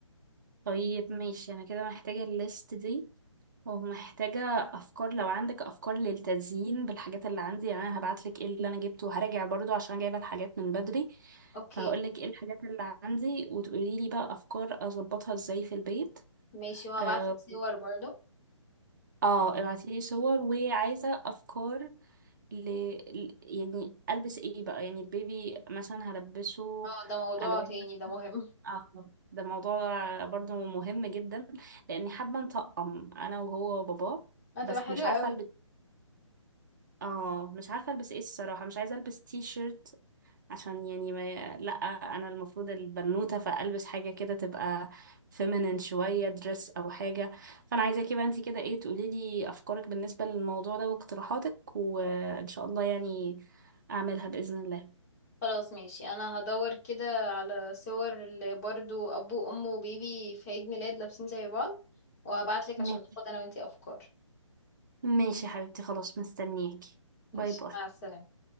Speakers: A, on the right; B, on the left.
A: طيب ماشي انا كده محتاجة الليست دي ومحتاجة افكار لو عندك افكار للتزيين بالحاجات اللي عندي يعني انا هبعتلك ايه اللي انا جبته وهراجع برضو عشان جايبة الحاجات من بدري
B: اوكي
A: فهقولك ايه الحاجات اللي عندي وتقوليلي بقى افكار اظبطها ازاي في البيت
B: ماشي وهبعت
A: اه,
B: لك صور برضو
A: <laughs> اه ابعتيلي صور وعايزة افكار ل... ل- يعني البس ايه بقى يعني البيبي مثلا هلبسه
B: اه ده موضوع
A: الوان
B: تاني
A: مثلا
B: ده مهم
A: اه ده موضوع برضو مهم جدا لاني حابه نطقم انا وهو وباباه
B: <laughs> هتبقى
A: بس
B: حلوة
A: مش عارفه
B: قوي
A: البس اه مش عارفه البس ايه الصراحه مش عايزه البس تي شيرت عشان يعني ما لا انا المفروض البنوته فالبس حاجه كده تبقى فيمينين شويه دريس او حاجه فانا عايزاكي بقى انت كده ايه تقولي لي افكارك بالنسبه للموضوع ده واقتراحاتك وان شاء الله يعني اعملها باذن الله
B: خلاص ماشي انا هدور كده على صور اللي برضو ابو وام وبيبي في عيد ميلاد لابسين زي بعض وهبعت لك
A: ماشي
B: عشان ناخد انا وانتي افكار
A: ماشي يا حبيبتي خلاص مستنياكي
B: ماشي
A: باي باي
B: مع السلامة